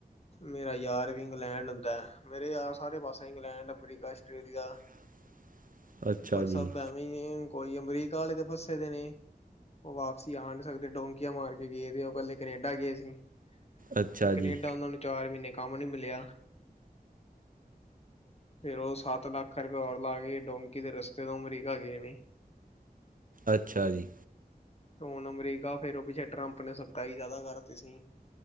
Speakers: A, on the left; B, on the right.
A: ਮੇਰਾ ਯਾਰ ਵੀ ਇੰਗਲੈਂਡ ਹੁੰਦਾ, ਮੇਰੇ ਯਾਰ ਸਾਰੇ ਪਾਸੇ ਇੰਗਲੈਂਡ, ਅਮਰੀਕਾ, ਆਸਟ੍ਰੇਲੀਆ
B: <inaudible> ਅੱਛਾ
A: ਪਰ
B: ਜੀ
A: ਸਭ ਐਵੇਂ ਈ ਏ, ਕੋਈ ਅਮਰੀਕਾ ਆਲੇ ਤੇ ਫਸੇ ਦੇ ਨੇ। ਉਹ ਵਾਪਸੀ ਆ ਨਹੀਂ ਸਕਦੇ, ਡੋਂਕੀਆਂ ਮਾਰ ਕੇ ਗਏ ਵੇ ਉਹ ਪਹਿਲੇ। ਕਨੇਡਾ ਗਏ ਸੀ,
B: ਅੱਛਾ
A: ਤੇ ਕਨੇਡਾ
B: ਜੀ
A: ਉਹਨਾਂ ਨੂੰ ਚਾਰ ਮਹੀਨੇ ਕੰਮ ਨੀ ਮਿਲਿਆ। ਫੇਰ ਉਹ ਸੱਤ ਲੱਖ ਰੁਪਏ ਔਰ ਲਾ ਕੇ, ਡੋਂਕੀ ਦੇ ਰਸਤੇ ਤੋਂ ਅਮਰੀਕਾ ਗਏ ਨੇ।
B: ਅੱਛਾ ਜੀ।
A: ਤੇ ਹੁਣ ਅਮਰੀਕਾ, ਫੇਰ ਉਹ ਪਿੱਛੇ ਟਰੰਪ ਨੇ ਸਖਤਾਈ ਜ਼ਿਆਦਾ ਕਰਤੀ ਸੀ।